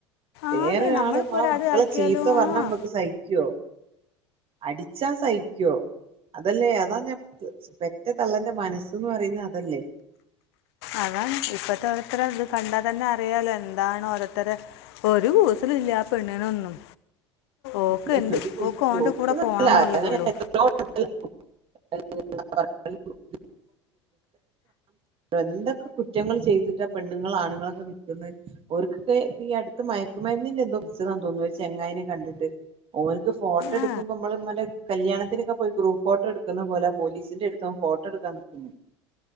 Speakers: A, on the right; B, on the left.
A: വേറൊരാൾനമ്മളെ
B: ആന്നേ നമ്മളിപ്പോൾ ഒരാൾ
A: മക്കളെ
B: ആക്കിയാലോ
A: ചീത്ത പറഞ്ഞാൽ
B: ആ
A: നമക്ക് സഹിക്കോ അടിച്ചാ ഞാൻ സഹിക്കും അതല്ലേ അതാ ഞാൻ സ് പെറ്റ തള്ളൻ്റെ മനസ്സ്ന്ന് പറഞ്ഞാ അതല്ലേ
B: അതാണ് ഇപ്പത്തെ ഓരോത്തരെ ഇത് കണ്ടാ തന്നെ അറിയാലോ എന്താണ് ഓരോരുത്തരെ ഒരു കൂസലും ഇല്ലാ ആ പെണ്ണിനൊന്നും
A: <inaudible>
B: ഓക്ക് എന്ത് ഓക്ക് ഓൻ്റെ
A: <inaudible>
B: കൂടെ പോകണം എന്നുള്ളതുള്ളൂ
A: <inaudible> <unintelligible> എന്തൊക്കെ കുറ്റങ്ങൾ ചെയ്തിട്ടാ പെണ്ണുങ്ങള് ആണുങ്ങളൊക്കെ നിക്ക്ന്നേ ഓര്ക്കൊക്കെ ഇപ്പ ഈ അടുത്ത് മയക്കുമരുന്നിന്റെ എന്തോ പിടിച്ചതാന്ന് തോന്നുന്നു ഒരു ചെങ്ങായിനെ കണ്ടിട്ട്. ഓലിക്ക് ഫോട്ടോ എടുക്കുമ്പോ
B: ആ
A: ഇമ്മള് കല്യാണത്തിനൊക്കെ പോയി ഗ്രൂപ്പ് ഫോട്ടോ എടുക്കുന്ന പോലാ പോലീസിന്റെ എടുത്ത് ഓൻ ഫോട്ടോ എടുക്കാൻ നിക്ക്ന്നേ